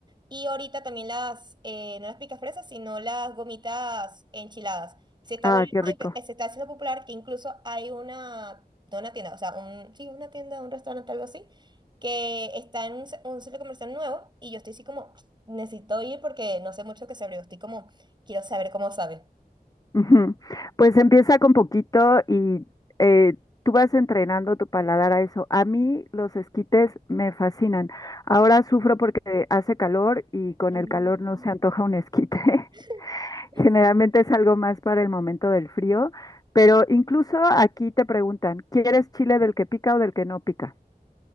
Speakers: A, on the right; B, on the left.
A: y ahorita también las, eh, no las picafresas, sino las gomitas enchiladas. Se está
B: Ah,
A: volviendo,
B: qué rico.
A: a empe- eh, se está haciendo popular que incluso hay una, no una tienda, o sea, un, sí, una tienda, un restaurante, algo así, que está en un, ce- un centro comercial nuevo y yo estoy así como, necesito ir porque no sé mucho que se abrió, estoy como, quiero saber cómo sabe.
B: Ujú. Pues empieza con poquito y eh, tú vas entrenando tu paladar a eso. A mí los esquites me fascinan. Ahora sufro porque hace calor y con
A: Mm.
B: el calor no se antoja un esquite. <laughs>
A: <laughs>
B: Generalmente es algo más para el momento del frío, pero incluso aquí te preguntan, ¿quieres chile del que pica o del que no pica?